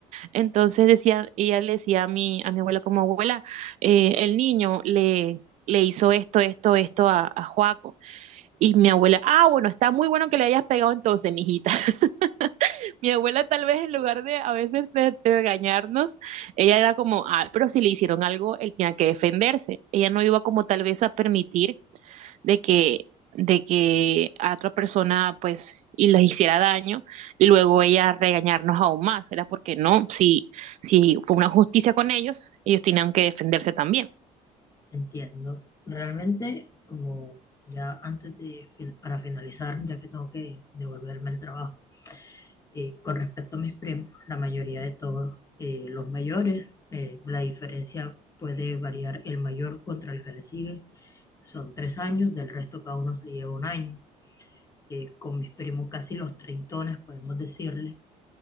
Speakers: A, on the right; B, on the left.
A: Entonces decía, ella le decía a mi, a mi abuela como abuela, eh, el niño le, le hizo esto, esto, esto a, a Joaco. Y mi abuela, ah, bueno, está muy bueno que le hayas pegado entonces, mijita. <laughs> Mi abuela tal vez en lugar de a veces de, de regañarnos, ella era como, ah, pero si le hicieron algo, él tenía que defenderse. Ella no iba como tal vez a permitir de que, de que a otra persona pues y les hiciera daño y luego ella regañarnos aún más. Era porque no, si, si fue una justicia con ellos, ellos tenían que defenderse también.
B: Entiendo. Realmente, como ya antes de, fin- para finalizar, ya que tengo que devolverme el trabajo, eh, con respecto a mis primos, la mayoría de todos, eh, los mayores, eh, la diferencia puede variar el mayor contra el que le sigue. Son tres años, del resto cada uno se lleva un año. Eh, con mis primos casi los treintones, podemos decirle,